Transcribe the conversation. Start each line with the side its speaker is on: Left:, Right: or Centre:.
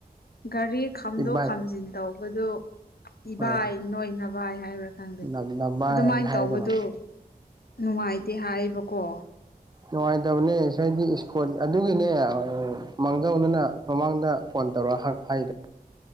Left: ꯒꯥꯔꯤ ꯈꯥꯝꯗꯣꯛ
Right: ꯏꯕꯥꯏ
Left: ꯈꯥꯝꯖꯤꯟ ꯇꯧ ꯇꯧꯕꯗꯣ ꯏꯚꯥꯏ
Right: ꯍꯣꯏ
Left: ꯅꯣꯏ ꯅꯚꯥꯏ ꯍꯥꯏꯕꯔ ꯈꯪꯗꯦ
Right: ꯅꯝꯅꯕ
Left: ꯑꯗꯨꯃꯥꯏꯅ
Right: ꯍꯥꯏꯗꯕ
Left: ꯇꯧꯕꯗꯨ ꯅꯨꯡꯉꯥꯏꯇꯦ ꯍꯥꯏꯕꯀꯣ
Right: ꯅꯨꯡꯉꯥꯏꯇꯕꯅꯦ ꯍꯥꯏꯗꯤ ꯏꯁ꯭ꯀꯣꯠ ꯑꯗꯨꯒꯤꯅꯦ ꯃꯥꯡꯖꯧꯅꯅ ꯃꯃꯥꯡꯗ ꯐꯣꯟ ꯇꯧꯔꯛ ꯑ ꯍꯥꯏꯗꯣ